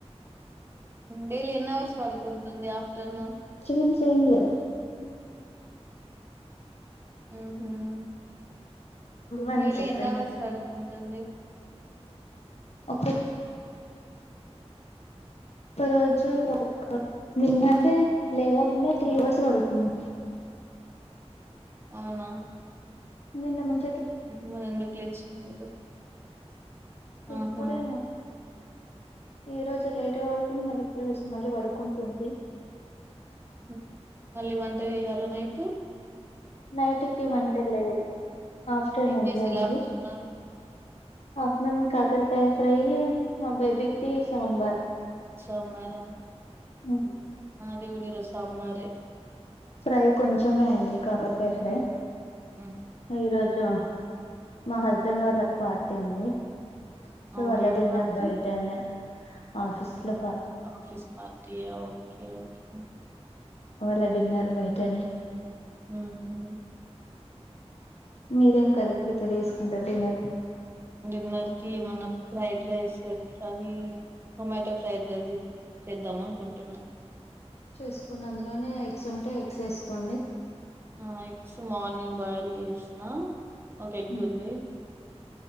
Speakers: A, on the right (about 20°); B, on the left (about 70°).
A: డైలీ ఎన్ అవర్స్ పడుకుంటుంది ఆఫ్టర్నూన్
B: చు మించు ఏం లే
A: మ్ హుమ్
B: వన్
A: డైలి
B: సెకండ్
A: ఎన్ని అవర్స్ వర్క్ ఉంటుంది
B: అపెక్ ఒక రోజూ <unintelligible> నిన్నైతే లేవ నిన్న త్రీ
A: ఆ,
B: అవర్స్ పడుకుంది
A: అవునా
B: నిన్న మంచ్
A: మ్ హు అదెందుకు లేచింది <inaudible>
B: ఇప్పుడే!
A: ఆహా
B: ఈ రోజు లేట్గ పడుకుని, మళ్ళీ ఇప్పుడేలేసి, మళ్ళీ పడుకుంటుంది.
A: ఉ మల్లీ వంటజేయల్నా నైటు
B: నైట్ కీ వంట లేదు ఆఫ్టర్నూన్
A: ఏం చేసిల్లు
B: దే ఉంది
A: ఆఫ్టర్నూన్
B: ఆఫ్టర్నూన్ కాకరకాయ ఫ్రైయీ, మా బేబికీ సాంబార్.
A: సాంబారా
B: మరియు
A: <unintelligible> సాంబారే
B: ఫ్రై కొంచమే అయ్యింది. కాకరకాయ ఫ్రై
A: మ్మ్.
B: ఈ రోజు ఆ మా హస్బెండ్ వాళ్ళకి పార్టీ ఉంది సో,
A: అవునా
B: వాళ్ళ
A: ఏం
B: డిన్నర్
A: పచ్చడి
B: బయటన్నె ఆఫిస్ లొ
A: ఆఫీస్ పార్టియో ఎవర్కి
B: వాళ్ళ డిన్నర్ బయటనె
A: మ్ హూ
B: మీరేం కర్రీ ప్రిపేర్ చేసుకుంటరు డిన్నర్ కి
A: డిన్నర్ కి ఏమన్నా fried rice <unintelligible> curry tomato fried rice చేద్దామనుకుంటున్నా.
B: చేసుకొండి, అందులోనే ఎగ్స్ ఉంటే, ఎగ్స్ ఏసుకోండి.
A: ఆ ఎగ్స్ మార్నింగ్ బాయిల్ చేసినా. ఒక ఎగ్
B: ఉ
A: ఉంది.